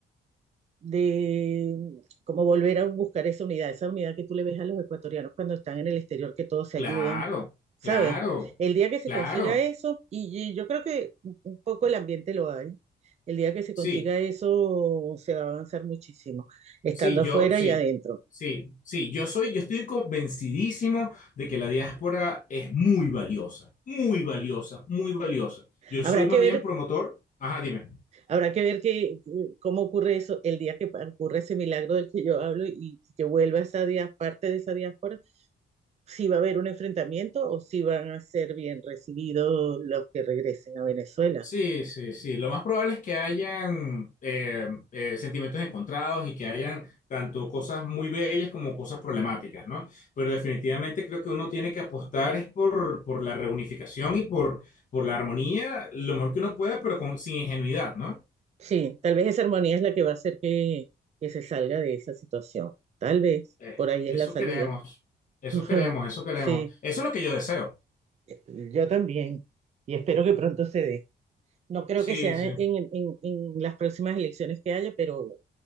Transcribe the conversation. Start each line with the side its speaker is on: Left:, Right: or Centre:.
Right: de cómo volver a buscar esa unidad, esa unidad que tú le ves a los ecuatorianos cuando están en el exterior, que todos se
Left: Claro,
Right: ayudan, ¿sabes?
Left: claro,
Right: El día que se
Left: claro.
Right: consiga eso, y yo creo que un poco el ambiente lo hay, el día que se
Left: Sí,
Right: consiga eso se va a avanzar muchísimo, estando
Left: sí, yo,
Right: afuera
Left: sí,
Right: y adentro.
Left: sí, sí. Yo soy, yo estoy convencidísimo de que la diáspora es muy valiosa, muy valiosa, muy valiosa. Yo
Right: Habrá
Left: soy más
Right: que
Left: bien
Right: ver,
Left: promotor. Ajá, dime.
Right: habrá que ver que, eh, cómo ocurre eso el día que ocurre ese milagro del que yo hablo y que vuelva esa parte de esa diáspora si va a haber un enfrentamiento o si van a ser bien recibidos los que regresen a Venezuela.
Left: Sí, sí, sí. Lo más probable es que hayan eh, eh, sentimientos encontrados y que hayan tanto cosas muy bellas como cosas problemáticas, ¿no? Pero definitivamente creo que uno tiene que apostar es por, por la reunificación y por, por la armonía lo mejor que uno pueda, pero con, sin ingenuidad, ¿no?
Right: Sí, tal vez esa armonía es la que va a hacer que, que se salga de esa situación. Tal vez,
Left: Eh,
Right: por ahí
Left: eso
Right: es la salida.
Left: queremos, eso
Right: <laughs>
Left: queremos, eso queremos.
Right: Sí,
Left: Eso es lo que yo deseo.
Right: yo también. Y espero que pronto se dé. No creo
Left: Sí,
Right: que sea
Left: sí,
Right: en, en, en en las próximas elecciones que haya, pero,